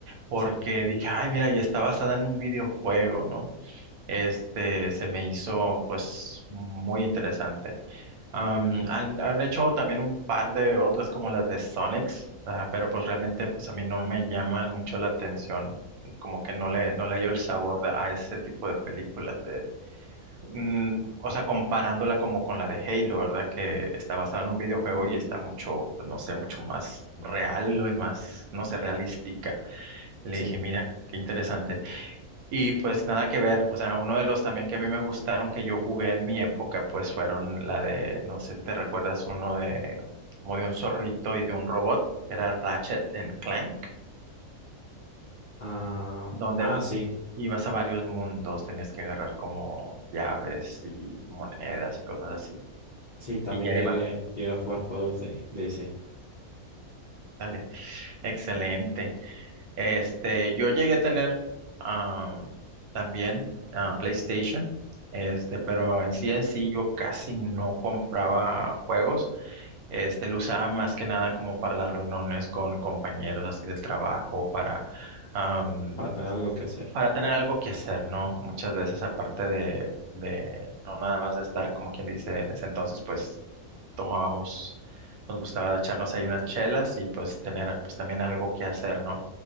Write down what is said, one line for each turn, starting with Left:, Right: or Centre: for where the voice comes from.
Right: porque
Left: sí,
Right: dije, ay, mira, y está basada en un videojuego, ¿no? Este se me hizo pues muy interesante. Am, han, han hecho también un par de otras como las de Sonics, ah, pero pues realmente pues a mí no me llama mucho la atención, como que no le, no le hallo el sabor de- a ese tipo de películas de, mm, o sea, comparándola como con la de Halo, ¿verdad? Que está basada en un videojuego y está mucho, pues no sé, mucho más real y más, no sé, realística. Le
Left: sí.
Right: dije, mira, qué interesante. Y pues nada que ver, o sea, uno de los también que a mí me gustaron que yo jugué en mi época, pues fueron la de, no sé, ¿te recuerdas uno de, como de un zorrito y de un robot? Era Ratchet and Clank,
Left: Ah,
Right: donde
Left: ah, sí,
Right: ibas a varios mundos, tenías que agarrar como llaves y monedas y cosas así.
Left: sí, también
Right: Y ya
Left: llegué,
Right: ibas,
Left: llegué a jugar juegos de, de ese,
Right: dale, excelente. Este, yo llegué a tener ah, también ah, PlayStation, este, pero en sí en sí yo casi no compraba juegos. Este, lo usaba más que nada como para las reuniones con compañeros así del trabajo, para, am,
Left: para tener algo que hacer.
Right: para tener algo que hacer, ¿no? Muchas veces aparte de, de, no nada más de estar como quien dice en ese entonces, pues tomábamos, nos gustaba echarnos ahí unas chelas y pues tener pues también algo que hacer, ¿no?